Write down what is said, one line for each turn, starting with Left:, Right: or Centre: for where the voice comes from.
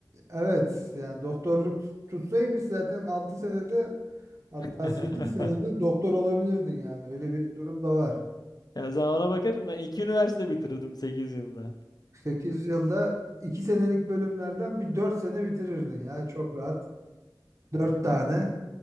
Right: evet yani doktorluk tutsaymış zaten 6 senede hatta
Left: <laughs>
Right: 8 senede doktor olabilirdin yani. Öyle bir durum da var.
Left: Ya sen ona bakarsın ben iki üniversite bitirdim 8 yılda.
Right: 8 yılda 2 senelik bölümlerden bir 4 sene bitirirdin ya çok rahat. 4 tane.